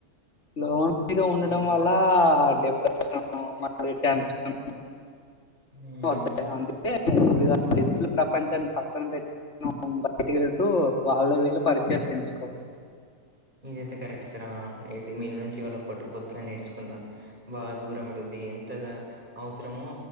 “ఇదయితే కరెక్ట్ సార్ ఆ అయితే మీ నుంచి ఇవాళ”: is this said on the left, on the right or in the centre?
Right